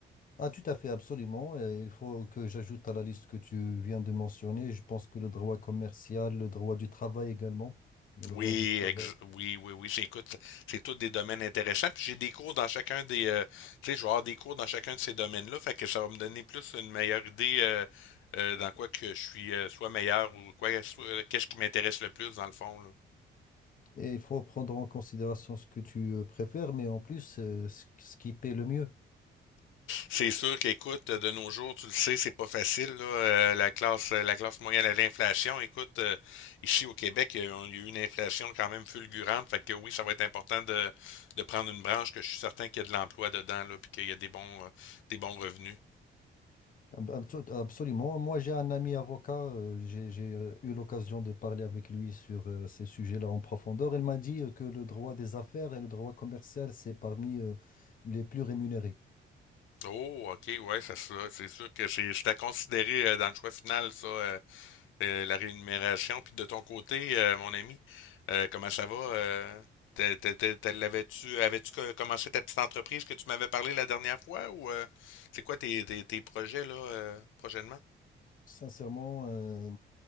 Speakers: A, on the left; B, on the left.
A: Ah, tout à fait, absolument. Et il faut que j'ajoute à la liste que tu viens de mentionner, je pense que le droit commercial, le droit du travail également, le droit
B: Oui,
A: du travail.
B: ex- oui, oui, oui. C'est, écoute, c'est tous des domaines intéressants. Puis j'ai des cours dans chacun des, euh, tu sais, je vais avoir des cours dans chacun de ces domaines-là. Fait que ça va me donner plus une meilleure idée euh, euh, dans quoi que je suis euh, soit meilleur ou quoi, soit- qu'est-ce qui m'intéresse le plus dans le fond, là.
A: Et il faut prendre en considération ce que tu euh, préfères, mais en plus, euh, ce ce qui paie le mieux.
B: C'est sûr qu'écoute, de nos jours, tu le sais, c'est pas facile, là, euh, la classe, euh, la classe moyenne à l'inflation. Écoute, euh, ici au Québec, il y a il y a eu une inflation quand même fulgurante. Fait que oui, ça va être important de, de prendre une branche que je suis certain qu'il y a de l'emploi dedans, là, puis qu'il y a des bons, euh, des bons revenus.
A: Ab- abso- Absolument. Moi, j'ai un ami avocat, euh, j'ai j'ai, euh, eu l'occasion de parler avec lui sur euh, ces sujets-là en profondeur. Il m'a dit euh, que le droit des affaires et le droit commercial, c'est parmi euh, les plus rémunérés.
B: Oh, ok, ouais, ça, ça, c'est sûr que c'est c'est à considérer euh, dans le choix final, ça, euh, euh, la rémunération. Puis de ton côté, euh, mon ami, euh, comment ça va? Euh, t'es- t'es- t'es- t'es- l'avais-tu, avais-tu co- commencé ta petite entreprise que tu m'avais parlé la dernière fois ou euh, c'est quoi tes, tes, tes projets là euh, prochainement?
A: Sincèrement, euh,